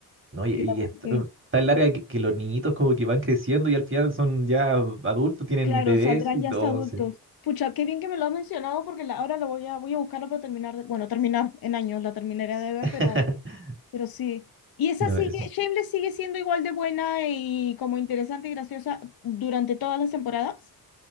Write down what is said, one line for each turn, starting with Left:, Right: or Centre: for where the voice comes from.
Right: No, y,
Left: que
Right: y
Left: la busqué.
Right: es t- tan larga que, que los niñitos como que van creciendo y al final son ya adultos, tienen
Left: Claro,
Right: bebés
Left: saldrán
Right: y
Left: ya
Right: todo,
Left: hasta adultos.
Right: sí.
Left: Pucha, qué bien que me lo has mencionado porque la- ahora lo voy a, voy a buscarlo para terminar, de- bueno, terminar en años, la terminaré de ver,
Right: <laughs>
Left: pero, pero sí. Y esa
Right: No,
Left: sigue,
Right: es... un-
Left: Shameless sigue siendo igual de buena y como interesante y graciosa durante todas las temporadas.